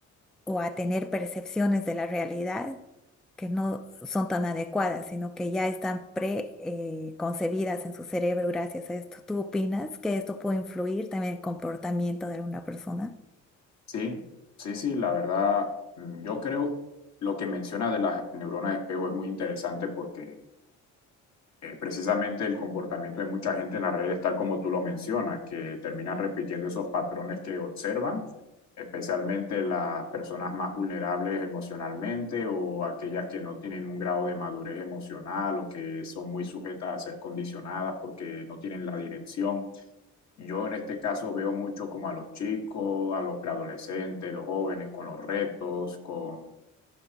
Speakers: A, in the centre; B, on the left (about 65°).
A: o a tener percepciones de la realidad que no son tan adecuadas, sino que ya están preconcebidas en su cerebro gracias a esto. ¿Tú opinas que esto puede influir también en el comportamiento de alguna persona?
B: Sí, sí, sí, la verdad, mm, yo creo lo que menciona de las neuronas de espejo es muy interesante porque eh, precisamente el comportamiento de mucha gente en las redes, tal como tú lo mencionas, que terminan repitiendo esos patrones que observan, especialmente las personas más vulnerables emocionalmente o aquellas que no tienen un grado de madurez emocional o que son muy sujetas a ser condicionadas porque no tienen la dirección. Yo en este caso veo mucho como a los chicos, a los preadolescentes, los jóvenes con los retos, con...